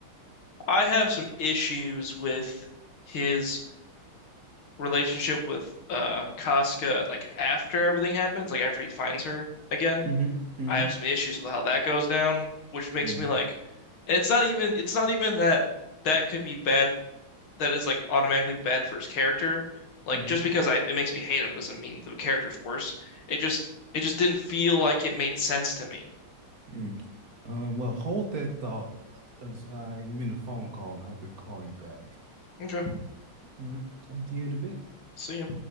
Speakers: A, on the left; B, on the right.
A: I have some issues with his relationship with uh Casca like after everything happens, like after he finds her again.
B: hmm hmm
A: I have some issues with how that goes down, which makes
B: hmm
A: me like it's not even it's not even that that could be bad that is like automatically bad for his character. Like
B: hmm
A: just because I it makes me hate him doesn't mean the character's worse. It just it just didn't feel like it made sense to me.
B: hmm Um, well, hold that thought as I'm in a phone call and I have to call you back.
A: Okay,
B: All right, talk to you in a bit.
A: see ya.